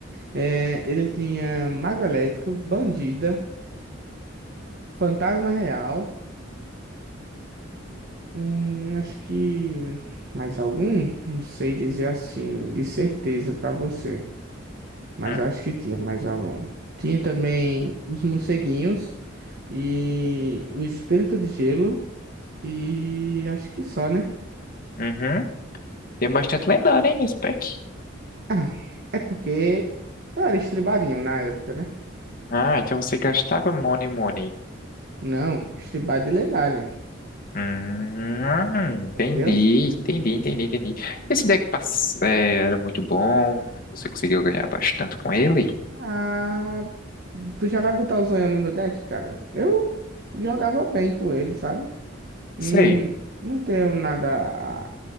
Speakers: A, on the right; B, on the left.
A: É, ele tinha Mago Elétrico, Bandida, Fantasma Real. Hum, acho que mais algum? Não sei dizer assim, de certeza pra você. Mas
B: Hum,
A: eu acho que tinha mais algum. Tinha também os morceguinhos e o Espírito de Gelo. E acho que só, né?
B: uhum. Tem bastante lendário, hein, nesse pack.
A: Ah, é porque eu era estribadinho na época, né?
B: Ah, então você gastava Money Money.
A: Não, estribado de lendária.
B: Hum, entendi,
A: Entendeu?
B: entendi, entendi, entendi. Esse deck pass- é, era muito bom, você conseguiu ganhar bastante com ele?
A: Ah, tu já vai botar o Zonhão no meu deck, cara? Eu jogava bem com ele, sabe?
B: Sei.
A: Hum, não tenho nada a-